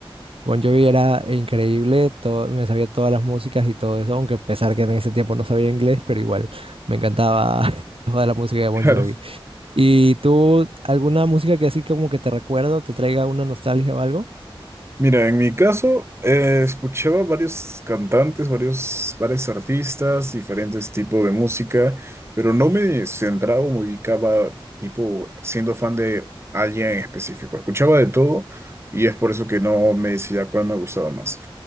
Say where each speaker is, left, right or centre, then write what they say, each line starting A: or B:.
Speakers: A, on the right; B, on the right.
A: Bon Jovi era increíble, todo, me sabía todas las músicas y todo eso, aunque a pesar que en ese tiempo no sabía inglés, pero igual me encantaba <laughs> toda la música de Bon
B: <laughs>
A: Jovi. ¿Y tú, alguna música que así como que te recuerdo, te traiga una nostalgia o algo?
B: Mira, en mi caso, eh, escuchaba varios cantantes, varios, varios artistas, diferentes tipos de música, pero no me centraba o me ubicaba, tipo, siendo fan de alguien en específico. Escuchaba de todo y es por eso que no me decía cuál me gustaba más.